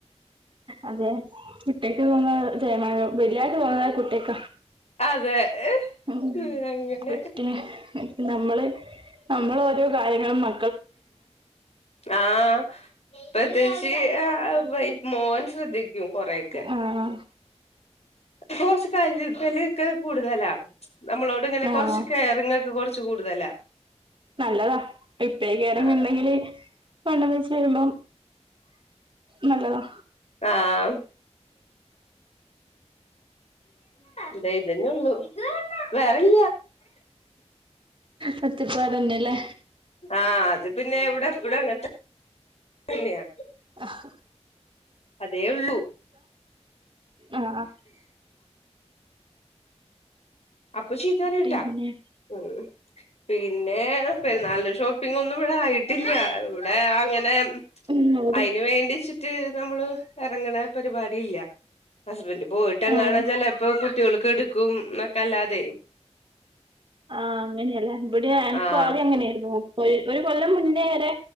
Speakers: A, on the right (about 45°); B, on the left (about 65°).
A: അതെ വിട്ടേ <unintelligible> തോന്ന തേമാനം വലിയാക്ക്‌ തോന്നാ കുട്ടിക്ക
B: അതെ
A: ഉ
B: ഉം, അങ്ങനെ
A: കുട്ടി നമ്മള് നമ്മള് ഓരോ കാര്യങ്ങളും മ
B: ആഹ് പ്രത്ത്യേകിച്ച് ത് ആഹ് മോൻ ശ്രദ്ധിക്കും കൊറയൊക്കെ
A: ആഹ്
B: കൊറച്ച് കരുതല് ക്കെ കൂടുതലാ നമ്മളോട്ങ്ങനെ
A: ആഹ്
B: കൊറച്ച് കെയറിംങ്ങ് ഒക്കെ കുറച്ച് കൂടുതലാ
A: നല്ലതാ ഇപ്പേ കെയറിംങ്ങ്
B: ആഹ്
A: ണ്ടെങ്കില് വണ്ണം വെച്ച് വരുമ്പം നല്ലതാ
B: ആഹ് ഇതേ ഇതന്നെള്ളൂ വേറെല്ല
A: കഷ്ടപ്പാട്നലെ
B: ആ അത് പിന്നെ ഇവിടെ എപ്പഴും അങ്ങനത്തെ <unintelligible>
A: <unintelligible>
B: അതേ ഉള്ളൂ
A: ആഹ്
B: അപ്പ ചീതറിട്ടാ
A: പിന്നെ
B: ഉം പിന്നെ പെരുന്നാൾൻ്റെ ഷോപ്പിങ്ങൊന്നും ഇവിടെ ആയിട്ടില്ല. ഇവിടെ അങ്ങനെ ഉ
A: ഉം അവിടെ
B: അയ്ന് വേണ്ടിച്ചിട്ട് നമ്മള് എറങ്ങ്ണ പരിപാടി ഇല്ല. ഹസ്ബന്ഡറ് പോയിട്ടങ്ങാനും
A: ആഹ്
B: ചെലെപ്പോ കുട്ടികൾക്കടുക്കും എന്നൊക്കെല്ലാതെ.
A: ആ അങ്ങനെല്ലേ ഇവിടെ ഇൻക്കും
B: ആഹ്
A: ആദ്യം അങ്ങനെയിരുന്നു മുപ്പത് ഒരു കൊല്ലം മുന്നേ വരെ.